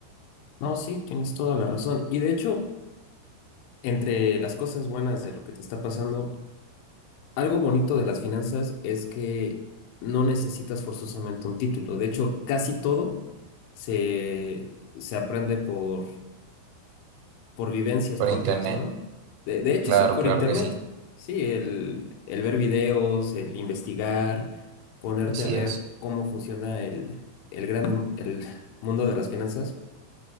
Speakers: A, on the left; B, on the right.
A: No, sí, tienes toda la razón. Y de hecho, entre las cosas buenas de lo que te está pasando, algo bonito de las finanzas es que no necesitas forzosamente un título. De hecho, casi todo se, se aprende por, por vivencias
B: Por
A: propias,
B: internet,
A: ¿no? De, de hecho,
B: claro,
A: sí, por
B: claro
A: internet.
B: que sí,
A: Sí, el, el ver videos, el investigar, ponerte
B: así
A: a ver
B: es,
A: cómo funciona el, el grande, el mundo de las finanzas